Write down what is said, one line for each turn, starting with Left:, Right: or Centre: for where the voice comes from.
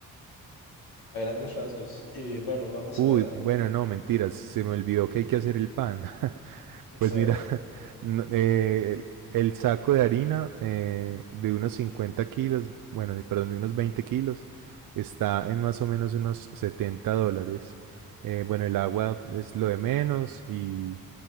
Left: A grandes rasgos. Y bueno, vamos
Right: Uy,
Left: a...
Right: bueno, no, mentiras, se me olvidó que
Left: ujú,
Right: hay que hacer el pan. <laughs> Pues
Left: sí,
Right: mira, <laughs> no- eh, el, el saco de harina eh, de unos 50 kilos, bueno, de- perdón, de unos 20 kilos, está en más o menos unos 70 dólares. Eh, bueno, el agua es lo de menos y,